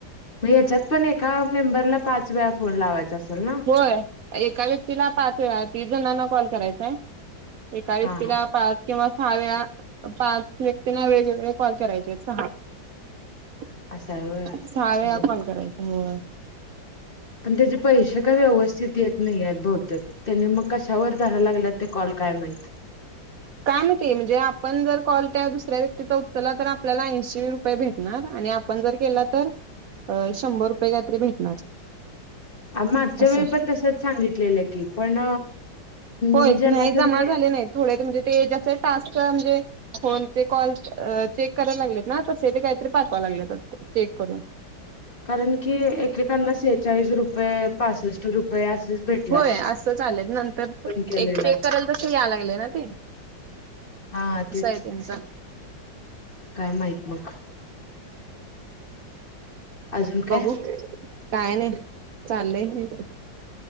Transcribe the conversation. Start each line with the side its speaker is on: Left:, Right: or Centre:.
Left: मग याच्यात पण एका मेंबरला पाच वेळा फोन लावायचा असेल ना?
Right: होय एका व्यक्तीला पाच वेळा तीस जणांना कॉल करायचाय. एका व्यक्तीला
Left: हा हा
Right: पाच किंवा सहाव्या पाच व्यक्तींना वेगवेगळे कॉल करायचे सहा. सहा
Left: असं आहे होय
Right: वेळा
Left: बर
Right: कॉल करायचे हो
Left: पण त्याचे पैसे का व्यवस्थित येत नाही आहेत बहुतेक त्याने मग कशावर धरायला लागेला ते कॉल काय माहित.
Right: काय माहिती म्हणजे आपण जर कॉल त्या दुसऱ्या व्यक्तीचा उचलला तर आपल्याला येनशी रुपये भेटणार आणि आपण जर केला तर शंभर रुपये काही तरी भेटणार.
Left: मागच्या
Right: असं
Left: वेळी पण तसच सांगितलेलं की पण
Right: होय
Left: मी ज्यांना
Right: नाही
Left: ज्यांना
Right: जमा झाले नाही थोडे म्हणजे ते जसे टास्क म्हणजे फोन चे कॉल चेक करायला लागलेत ना तसे ते काहीतरी पाठवां लागले चेक करून
Left: कारण की एकेकांना सेहेचाळीस रुपये पासष्ट रुपये असेच भेट
Right: होय असंच आलेत नंतर
Left: केलेला
Right: एक चेक करायल तस या लागले ना ते
Left: हा
Right: कस
Left: तेच
Right: ये त्यांचं?
Left: काय माहित मग? अजून
Right: बघू
Left: काय
Right: काय नाही चाललंय हे.